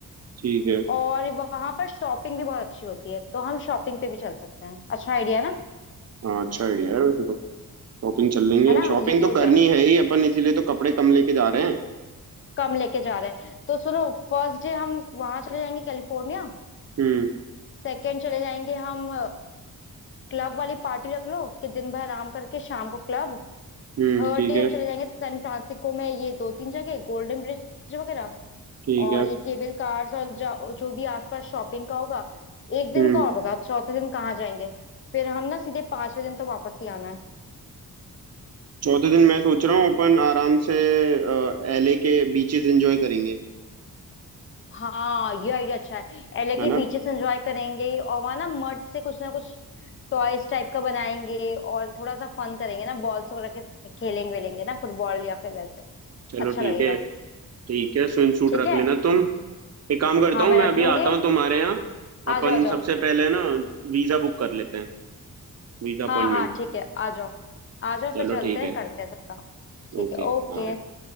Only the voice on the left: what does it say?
और वहां पर शॉपिंग भी बहुत अच्छी होती है तो हम शॉपिंग पे भी चल सकते हैं अच्छा आइडिया ना
है ना
ये
हो जाएगा
कम लेके जा रहे हैं तो सुनो फर्स्ट डे हम वहां चले जाएंगे कैलिफोर्निया
सेकंड चले जाएंगे हम क्लब वाली पार्टी रख लो कि दिन भर आराम करके शाम को क्लब
थर्ड
डे
हम चले जाएंगे सैन फ्रांसिस्को में ये दो तीन जगह गोल्डन ब्रिज वगैरह
और
ये केबल कार्स और जा- जो भी आसपास शॉपिंग का होगा एक दिन
का और बताओ चौथे दिन कहाँ जाएंगे फिर हम ना सीधे पांचवे दिन तो वापस ही आना है
हाँ ये आइडिया अच्छा है एलए के
बीचेस एंजॉय करेंगे और वहां ना मड से कुछ ना कुछ टॉयज टाइप का बनाएंगे और थोड़ा सा फन करेंगे ना बॉल्स वगैरह के खेलेंगे वेलेंगे ना फुटबॉल या फिर वैसे
अच्छा
लगेगा
ठीक
है
हाँ
मैं
रख
लूंगी
आ
जाओ आ जाओ
हाँ हाँ ठीक है आ जाओ आ जाओ
फिर चलते
हैं
करते हैं सब काम ठीक
है ओके